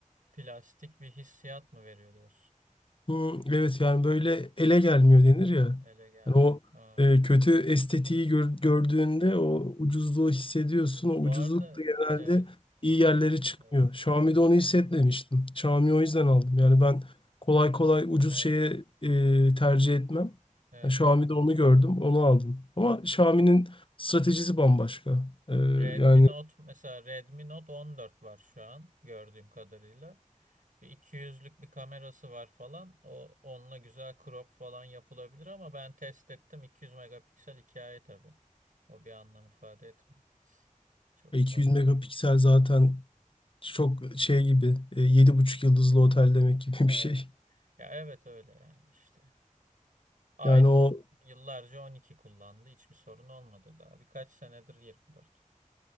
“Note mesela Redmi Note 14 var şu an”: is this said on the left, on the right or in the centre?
Right